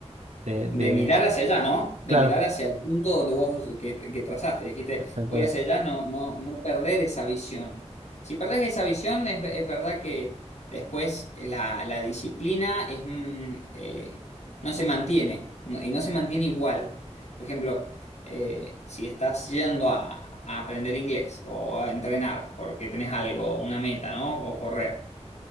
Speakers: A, on the right; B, on the left.
A: de,
B: De
A: de-
B: mirar hacia allá, ¿no? De
A: Claro,
B: mirar hacia el punto donde vos que, que trazaste. Dijiste,
A: exactamente.
B: voy hacia allá, no, no, no perder esa visión. Si perdés esa visión, es, es verdad que después la, la disciplina es, mm, eh, no se mantiene, no- y no se mantiene igual. Por ejemplo, eh, si estás yendo a, a aprender inglés o a entrenar porque tenés algo, una meta, ¿no? O correr